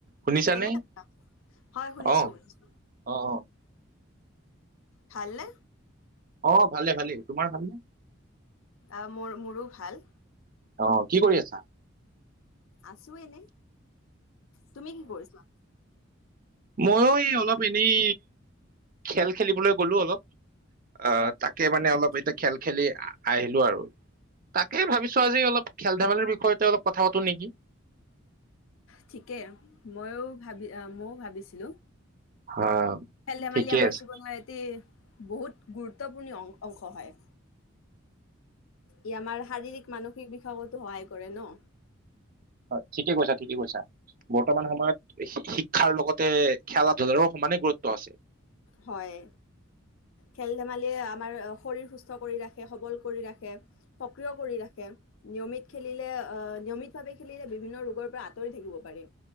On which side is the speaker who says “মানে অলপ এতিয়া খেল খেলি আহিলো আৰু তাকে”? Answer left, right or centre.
Right